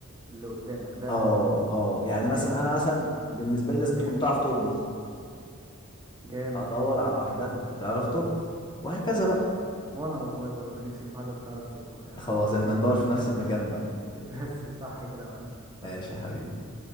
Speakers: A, on the right; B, on the left.
A: اللي قدامك ده
B: اه
A: قصدك
B: اه يعني
A: فهمتك
B: مثلا انا مثلا بالنسبه لي لازم
A: فهمتك
B: تكون بتعرف تطبخ
A: جامد
B: ادور على
A: جامد
B: واحده بتعرف تطبخ وهكذا بقى
A: وانا والله برضو نفسي في واحده بتعرف تطبخ يا عم
B: خلاص احنا ندور في نفس المكان بقى
A: <laughs> بس صح كده يا معلم صح
B: ماشي يا حبيبي